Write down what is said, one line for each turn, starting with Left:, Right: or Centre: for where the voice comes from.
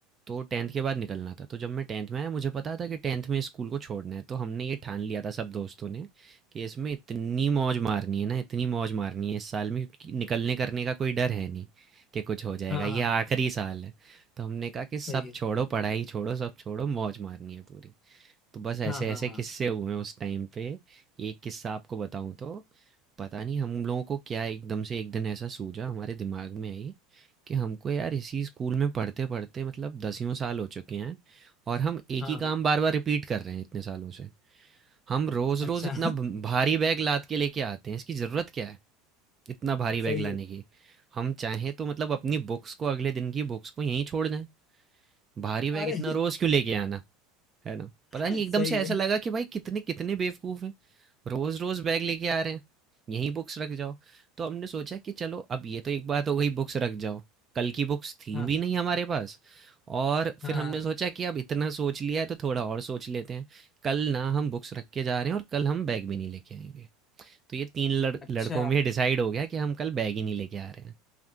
Right: तो 10th के बाद निकलना था तो जब मैं 10th में आया मुझे पता था कि 10th में स्कूल को छोड़ना है तो हमने ये ठान लिया था सब दोस्तों ने कि इसमें इतनी मौज मारनी है ना इतनी मौज मारनी है इस साल में क्योंकि निकलने करने का कोई डर है नहीं कि कुछ हो जाएगा
Left: हाँ
Right: ये
Left: हाँ
Right: आखिरी साल है तो हमने कहा कि सब
Left: सही है
Right: छोड़ो पढ़ाई छोड़ो सब छोड़ो मौज मारनी है पूरी तो बस
Left: हाँ
Right: ऐसे
Left: हाँ
Right: ऐसे
Left: हाँ
Right: किस्से हुए उस टाइम पे एक किस्सा आपको बताऊं तो पता नहीं हम लोगों को क्या एकदम से एक दिन ऐसा सूझा हमारे दिमाग में आई कि हमको यार इसी स्कूल में पढ़ते पढ़ते मतलब दसियों साल हो चुके हैं और हम एक
Left: हाँ
Right: ही काम
Left: हाँ
Right: बार बार रिपीट कर रहे हैं इतने सालों से हम रोज
Left: अच्छा
Right: रोज इतना भ- भारी बैग लाद के लेके आते हैं इसकी जरूरत क्या है इतना
Left: <laughs>
Right: भारी बैग
Left: सही
Right: लाने
Left: है
Right: की हम चाहें तो मतलब अपनी बुक्स को अगले दिन की बुक्स को यहीं छोड़ दें भारी बैग
Left: अरे
Right: इतना रोज क्यों लेके आना है ना
Left: <laughs>
Right: पता नहीं एकदम
Left: सही
Right: से ऐसा
Left: है
Right: लगा कि भाई कितने कितने बेवकूफ हैं रोज रोज बैग लेके आ रहे हैं यही बुक्स रख जाओ तो हमने सोचा कि चलो अब ये तो एक बात हो गई बुक्स रख जाओ कल की बुक्स थी
Left: हाँ
Right: भी नहीं हमारे पास और फिर
Left: हाँ
Right: हमने
Left: हाँ
Right: सोचा कि अब इतना सोच लिया है तो थोड़ा और सोच लेते हैं कल ना हम बुक्स रख के जा रहे हैं और कल हम बैग भी नहीं लेके आएंगे तो ये तीन लड़
Left: अच्छा
Right: लड़कों में डिसाइड हो गया कि हम कल बैग ही नहीं लेके आ रहे हैं